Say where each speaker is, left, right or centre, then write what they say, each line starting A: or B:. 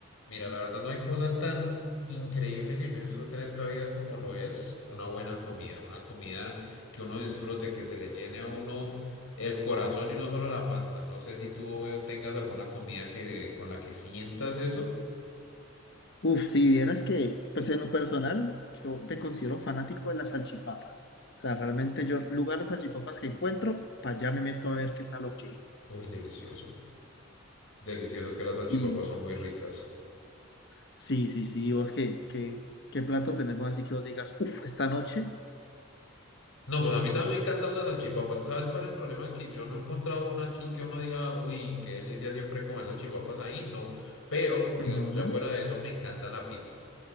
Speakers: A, on the left (about 80°); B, on the left (about 55°).
A: Mira, la verdad no hay cosa tan increíble que yo disfrute en esta vida como lo es una buena comida, una comida que uno disfrute, que se le llene a uno el corazón y no solo la panza. No sé si tú eh, tengas alguna comida que con la que sientas eso.
B: Uf, si vieras que, pues en lo personal, yo me considero fanático de las salchipapas. O sea, realmente yo, lugar de salchipapas que encuentro, para allá me meto a ver qué tal o qué.
A: Uy, delicioso. Delicioso, es que las salchipapas
B: Y
A: son muy ricas.
B: sí, sí, sí, vos qué, qué, qué plato tenemos así que vos digas, uf, esta noche.
A: No, pues a mí también me encantan las salchipapas. ¿Sabes cuál es el problema? Que yo no he encontrado una aquí que uno diga, uy, qué delicia siempre comer salchipapas ahí. No, pero digamos
B: Ujú,
A: ya fuera de eso, me encanta la pizza.